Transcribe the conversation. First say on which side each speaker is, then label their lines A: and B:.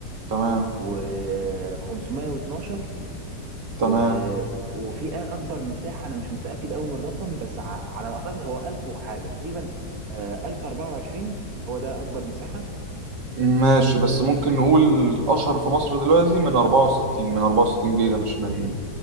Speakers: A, on the right; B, on the right.
A: تمام
B: و 512
A: تمام
B: و... وفي اكبر مساحه انا مش متاكد قوي من الرقم بس ع... على ما اعتقد هو 1000 وحاجه تقريبا آه، 1024 هو ده اكبر مساحه
A: ماشي بس ممكن نقول أشهر في مصر دلوقتي من 64 من 64 جيجا مش من